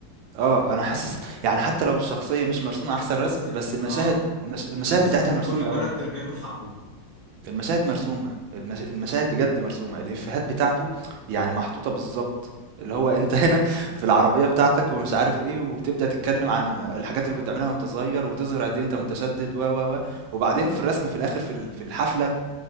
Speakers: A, on the right (about 80°); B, on the left (about 55°).
A: اه أنا حاسس يعني حتى لو الشخصية مش مرسومة أحسن رسم
B: حسيت
A: بس المشاهد
B: اه
A: المش... المشاهد
B: حسيت
A: بتاعتها
B: ان
A: مرسومة
B: كل كاركتر
A: قوي
B: بياخد حقه
A: المشاهد مرسومة المش... المشاهد بجد مرسومة الإفيهات بتاعته يعني محطوطة بالظبط اللي هو انت هنا في العربية بتاعتك ومش عارف ايه وبتبدأ تتكلم عن الحاجات اللي كنت عاملها وانت صغير وتظهر قد ايه انت متشدد و و و وبعدين في الرسم في الاخر في ال- في الحفلة